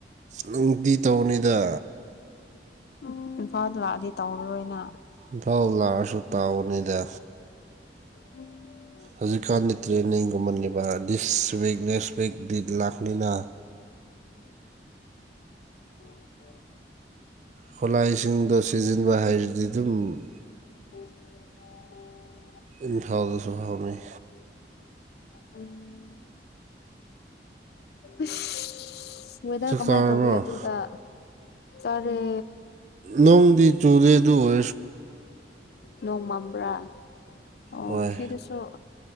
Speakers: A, on the right; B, on the left.
A: ꯅꯨꯡꯇꯤ ꯇꯧꯅꯤꯗ
B: ꯎꯝ ꯏꯝꯐꯥꯜꯗ ꯂꯥꯛꯑꯗꯤ ꯇꯧꯔꯔꯣꯏꯅ
A: ꯏꯝꯐꯥꯎꯜ ꯂꯥꯛꯑꯁꯨ ꯇꯥꯎꯕꯅꯤꯗ
B: ꯎꯝ
A: ꯍꯧꯖꯤꯛꯀꯥꯟ ꯂꯤ ꯇ꯭ꯔꯦꯅꯤꯡꯒꯨꯝ ꯃꯒꯤꯕ ꯗꯤꯁꯋ ꯅꯦꯁꯄꯦꯛꯦꯛ ꯗꯛ ꯂꯥꯛꯅꯤꯅ
B: ꯑꯣ
A: ꯈꯨꯠꯂꯥꯏꯁꯤꯡꯗꯣ ꯁꯤꯖꯤꯟꯕ ꯍꯥꯏꯔꯗꯤ ꯑꯗꯨꯝ
B: ꯎ
A: ꯏꯝꯐꯥꯜꯗꯁꯨ ꯍꯥꯎꯅꯩ
B: ꯎꯝ ꯁꯋꯦꯗꯔ
A: ꯆꯥꯛ
B: ꯀꯃꯥꯏꯅ
A: ꯆꯥꯔꯕꯣ
B: ꯇꯧꯒꯦ ꯑꯗꯨꯗ ꯆꯔꯦ
A: ꯅꯣꯡꯗꯤ ꯆꯨꯔꯔꯦ ꯋ
B: ꯅꯣꯡꯃꯝꯕ꯭ꯔꯥ ꯑꯣ
A: ꯍꯣꯏ
B: ꯁꯤꯗꯨꯁꯨ